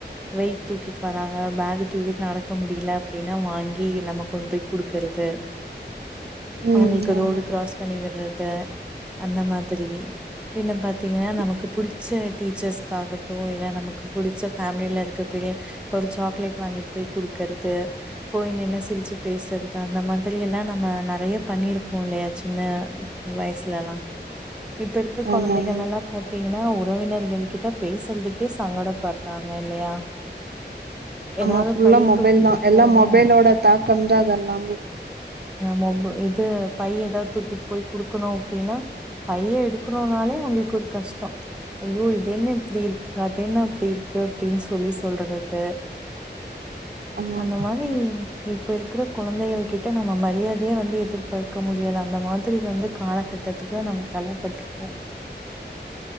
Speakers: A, in the centre; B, on the right.
A: வெயிட் தூக்கிட்டு வராங்க பேகு தூக்கிட்டு நடக்க முடில அப்டின்னா வாங்கி நம்ம கொண்டு போய் குடுக்குறது
B: ம்
A: அவுங்ளுக்கு
B: ஆமா
A: ரோடு க்ராஸ் பண்ணி விட்றத் ப்ப அந்த மாதிரி பின்ன பாத் த்தீங்கன்னா நமக்கு
B: இப்
A: புடிச்ச டீச்சர்ஸ்க்காகட்டும் இல்ல நமக்கு புடிச்ச ஃபேமிலில இருக்கப்பெரிய ஒரு சாக்லேட் வாங்கிட்டு போய் குடுக்குறது போய் நின்னா சிரிச்சு பேசுறது அந்த மாதிரி எல்லா நம்ம நெறைய பண்ணிருப்போ இல்லையா சின்ன வயசுலல்லா இப்ப இருக்க கொழந்தைகளல்லா
B: ஆமா ஆமா
A: பாத்தீங்கன்னா ஒ உறவினர்கள் கிட்ட பேசுறதுக்கே சங்கடப்பட்றாங்க இல்லையா ஏதாவது
B: ஆமா ஃபுல்லா
A: பைய
B: மொபைல்
A: தூக்கிட்டு
B: தா எல்லாம்
A: போணு
B: மொபைலோட தாக்கம் தா அதெல்லாமே
A: மொப் இது பைய் ஏதாது தூக்கிட்டு போய் குடுக்கணு அப்டின்னா பைய எடுக்கணுனாலே உங்களுக்கு ஒரு கஷ்டோ ஐயோ இதென்ன இப்டிருக்கு அதென்ன அப்டிருக்கு அப்டின்னு சொல்லி சொல்றது து
B: ஆமா
A: அந்த
B: ஆமாங்க
A: மாரி இப் இப்பருக்கிற கொழந்தைகள் கிட்ட நம்ம மரியாதைய வந்து எதிர்பார்க்க முடியாது அந்த மாதிரி வந்து காலகட்டத்துக்கு நம்ம தல்லப்பட்ருக்கோ